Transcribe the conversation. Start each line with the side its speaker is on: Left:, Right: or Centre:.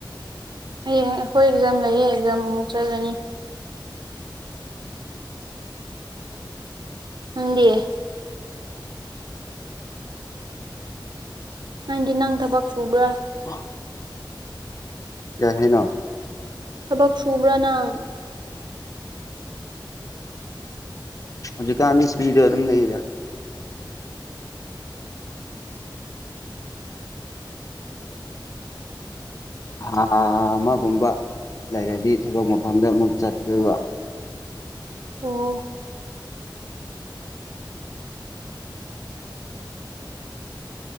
Right: ꯍꯌꯦꯡ ꯑꯩꯈꯣꯏ ꯑꯦꯛꯖꯥꯝ ꯂꯩꯌꯦ ꯑꯦꯛꯖꯥꯝ ꯑꯃꯨꯛ ꯆꯠꯂꯅꯤ ꯎꯗꯤꯦ ꯅꯪꯗꯤ ꯅꯪ ꯊꯕꯛ ꯁꯨꯕ꯭ꯔꯥ
Left: ꯑ ꯌꯥꯦꯅ
Right: ꯊꯕꯛ ꯁꯨꯕ꯭ꯔꯥ ꯅꯪ
Left: ꯖꯤꯨꯀꯥꯥꯟꯅꯤ ꯁꯄꯤ ꯑꯗꯨꯝ ꯂꯩꯗ ꯍꯥ ꯑꯃꯒꯨꯝꯕ ꯂꯩꯔꯗꯤ ꯊꯣꯏꯗꯣꯛ ꯃꯐꯝꯗ ꯑꯃꯨꯛ ꯆꯠꯇꯣꯏꯕ
Right: ꯑꯣ